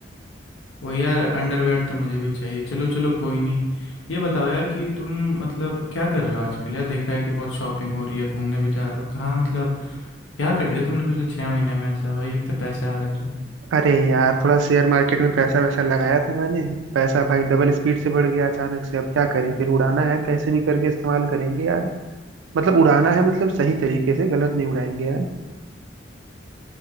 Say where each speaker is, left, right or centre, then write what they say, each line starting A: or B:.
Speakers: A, on the left; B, on the right.
A: वो यार अंडरवेयर तो मुझे भी चाहिए चलो चलो कोई नहीं ये बताओ यार कि तुम मतलब क्या कर रहे हो आजकल यार देखा है कि बहुत शॉपिंग हो रही है घूमने भी जा रहे हो कहाँ मतलब क्या कर दिया तुमने पिछले छः महीने में ऐसा भाई इतने पैसे आ रहे हैं
B: अरे यार थोड़ा शेयर मार्केट में पैसा वैसा लगाया था मैंने पैसा भाई डबल स्पीड से बढ़ गया अचानक से अब क्या करें फिर उड़ाना है कैसे भी करके इस्तेमाल करेंगे यार मतलब उड़ाना है मतलब सही तरीके से गलत नहीं उड़ाएंगे यार